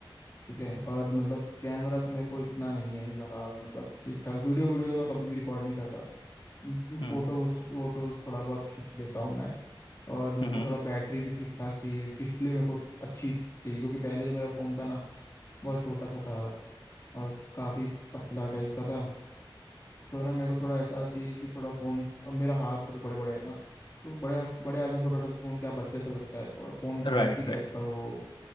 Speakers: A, on the left; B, on the left.
A: ठीक है और मतलब कैमरा से मेरे को इतना नहीं है लगाव मतलब ठीक ठाक वीडियो वीडियो तो मैं कभी भी रिकॉर्ड नहीं करता
B: हम्म
A: फोटो फोटोज थोड़ा बहुत खींच लेता हूँ मैं और मेरे
B: हम्म
A: को थोड़ा बैटरी भी ठीक ठाक चाहिए डिस्प्ले मेरे को अच्छी चाहिए क्योंकि पहले जो मेरा फोन था ना बहुत छोटा सा था और काफी पतला टाइप का था तो ना मेरे को थोड़ा ऐसा चाहिए कि थोड़ा फोन अब मेरा हाथ थोड़े बड़े बड़े है ना तो बड़े बड़े हाथ में छोटा छोटा फोन क्या बच्चे सा लगता है थोड़ा फोन
B: Right
A: बल्की टाइप
B: right
A: का हो